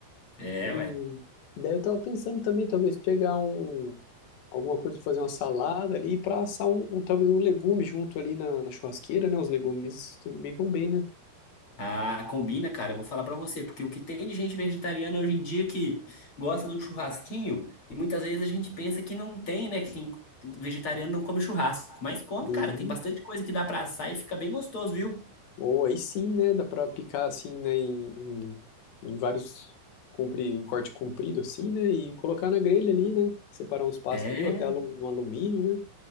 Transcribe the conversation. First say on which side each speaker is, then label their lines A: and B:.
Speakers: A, on the left; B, on the left.
A: é,
B: E
A: ué.
B: daí eu tava pensando também, talvez pegar um, alguma coisa pra fazer uma salada ali para assar um, um- talvez um legume junto ali na, na churrasqueira, né? Os legumes também vão bem, né?
A: Ah, combina, cara. Eu vou falar pra você, porque o que tem de gente vegetariana hoje em dia que gosta do churrasquinho, e muitas vezes a gente pensa que não tem, né? Que tem- vegetariano não come churrasco, mas come,
B: E,
A: cara. Tem bastante coisa que dá pra assar e fica bem gostoso, viu?
B: ou aí sim, né? Dá pra picar assim, né? Em, em, em vários, compri, em corte comprido assim, né? E colocar na grelha ali, né? Separar um espaço
A: É,
B: ali, ou até alu- no alumínio, né?